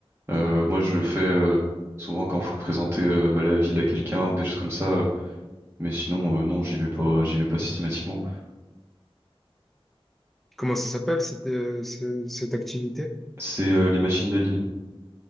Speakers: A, on the right; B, in the centre.
A: Euh, moi, je le fais euh, souvent quand faut présenter euh, bah, la ville à quelqu'un ou des choses comme ça, euh, mais sinon, euh, non, j'y vais pas, j'y vais pas systématiquement.
B: Comment ça s'appelle cette, euh, ce- cette activité?
A: C'est euh, les machines de Lille.